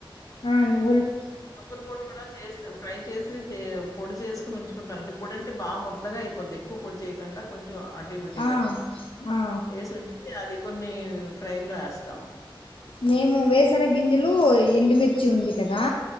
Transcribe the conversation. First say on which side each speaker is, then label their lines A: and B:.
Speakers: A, on the left; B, on the left.
A: ఆ నువుల్
B: పప్పుల పొడి కూడా చేస్త ఫ్రై చేస్ సీ పొడి చేసుకుని ఉంచుకుంటాను అంటే పొడింటే బాగా ముొద్దగా అయిపోతుద్ది ఎక్కువ పొడి చేయకుండా కొంచె ఆటీ బిటిగా
A: ఆ ఆ
B: ఎసీ ఉంచకోని ఆది కొన్ని ఫ్రై లో ఎస్తాం
A: మేము వేరుసన గింజలు ఎండు మిర్ ర్చి ఉంది కదా